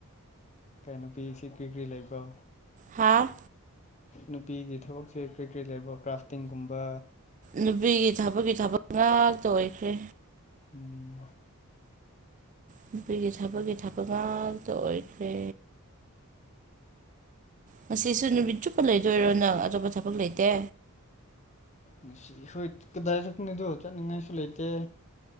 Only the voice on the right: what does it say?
ꯍꯥꯥ
ꯅꯨꯄꯤꯒꯤ ꯊꯕꯛꯀꯤ ꯊꯕꯛ ꯉꯥꯛꯇ ꯑꯣꯏꯈ꯭ꯔꯦ
ꯅꯨꯄꯤꯒꯤ ꯊꯕꯒꯤ ꯊꯕꯛ ꯉꯥꯛꯇ ꯑꯣꯏꯈ꯭ꯔꯦ ꯉꯁꯤꯁꯨ ꯅꯨꯃꯤꯠ ꯆꯨꯞꯄ ꯂꯩꯗꯣꯏꯔꯣ ꯅꯪ ꯑꯇꯣꯞꯄ ꯊꯕꯛ ꯂꯩꯇꯦ